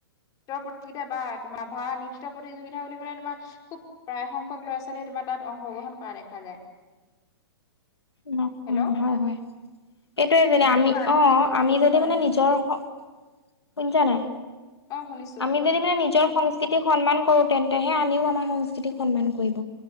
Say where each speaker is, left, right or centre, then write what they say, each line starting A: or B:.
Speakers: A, on the left; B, on the left.
A: নৃত্য প্ৰতিযোগিতা বা তোমাৰ ৰাভা নৃত্য প্ৰতিযোগিতা বুলি ক'লে তোমাৰ খুব প্ৰায়সংখ্যক ল'ৰা - ছোৱালীয়ে তোমাৰ তাত অংশগ্ৰহণ কৰা দেখা যায়।
B: নকও
A: হেল্ল'
B: হয় হয়। এইটোয়ে যেনে
A: উম কিন্তু
B: আমি
A: আধুনিক
B: অ আমি যদি
A: হয়
B: মানে নিজৰ অঁ, শুনিছা নাই?
A: অ শুনিছো
B: আমি
A: কোৱা
B: যদি মানে নিজৰ সংস্কৃতিক সন্মান কৰো তেন্তেহে আনেও আমাৰ সংস্কৃতিক সন্মান কৰিব।